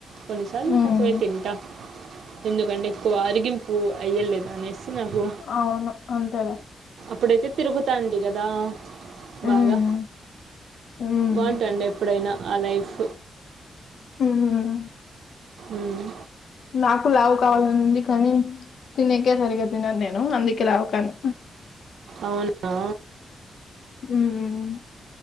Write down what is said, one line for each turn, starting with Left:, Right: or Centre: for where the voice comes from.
Right: కొన్నిసార్లు
Left: హ్మ్.
Right: తక్కువే తింటా ఎందుకంటే ఎక్కువ ఆరిగింపు అయ్యలేదా అనేసి నాకు
Left: అవును అంతేలా
Right: అప్పుడైతే తిరుగుతాంటీ గదా
Left: హ్మ్.
Right: బాగా
Left: హ్మ్.
Right: బాగుంటాండే ఎప్పుడైనా ఆలైఫ్
Left: ఉమ్
Right: ఉమ్
Left: నాకు లావు కావాలని ఉంది కానీ తినేకే సరిగా తినను నేను అందుకే లావుకాను
Right: అవునా
Left: ఉమ్